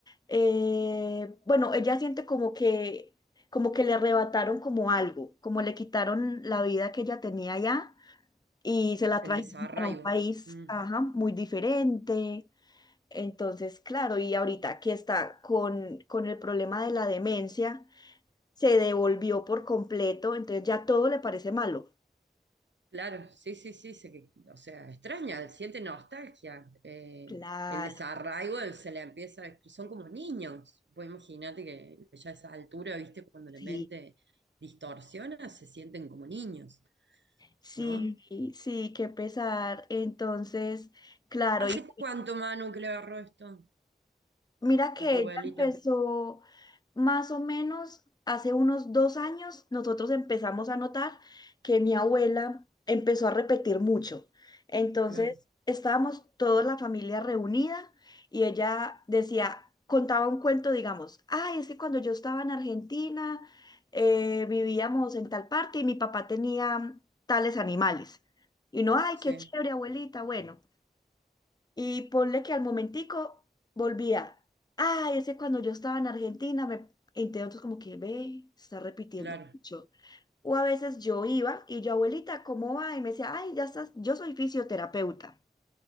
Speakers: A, on the left; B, on the right.
A: Eh, bueno, ella siente como que, como que le arrebataron como algo, como le quitaron la vida que ella tenía allá y se la
B: el
A: trajeron
B: desarraigo.
A: para un país,
B: Mm.
A: ajá, muy diferente. Entonces, claro, y ahorita que está con, con el problema de la demencia, se devolvió por completo, entonces ya todo le parece malo.
B: Claro, sí, sí, sí, se- o sea, extraña, siente nostalgia, eh,
A: Claro,
B: el desarraigo él se le empieza, son como niños, vos imagínate que ya a esa altura, viste, cuando la
A: sí,
B: mente distorsiona, se sienten como niños,
A: sí,
B: ¿no?
A: sí, qué pesar. Entonces, claro,
B: ¿Hace
A: y
B: cuánto, Manu, que le agarró esto
A: Mira que
B: a tu abuelita?
A: ella empezó más o menos hace unos dos años, nosotros empezamos a notar que mi abuela empezó a repetir mucho. Entonces,
B: Claro,
A: estábamos toda la familia reunida y ella decía, contaba un cuento, digamos, ay, es que cuando yo estaba en Argentina, eh, vivíamos en tal parte y mi papá tenía tales animales. Y no, ay,
B: sí,
A: qué chévere, abuelita, bueno. Y ponle que al momentico volvía. Ay, ese cuando yo estaba en Argentina, me entonces como que ve, está repitiendo
B: claro.
A: mucho. O a veces yo iba y yo, abuelita, ¿cómo va? Y me decía, ay, ya estás, yo soy fisioterapeuta.